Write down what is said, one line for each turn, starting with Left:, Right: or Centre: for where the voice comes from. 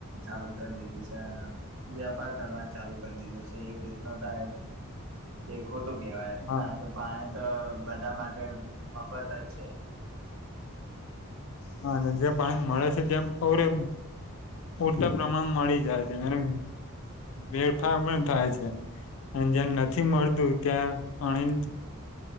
Right: ચાલુ કરી દીધું છે અને વ્યાપાર કરવા ચાલુ કરી દીધું છે એક રીતનો તો જે ખોટું કેવાય
Left: હા
Right: કારણ કે પાણી તો બધા માટે ટે મફત જ છે.
Left: હા અને જે પાણી મળે છે ત્યા પૂરે પૂરતા પ્રમાણ મળી જાય છે અને વેરફાર પણ થાય છે અને જેમ નથી મળતું ત્યાં પાણી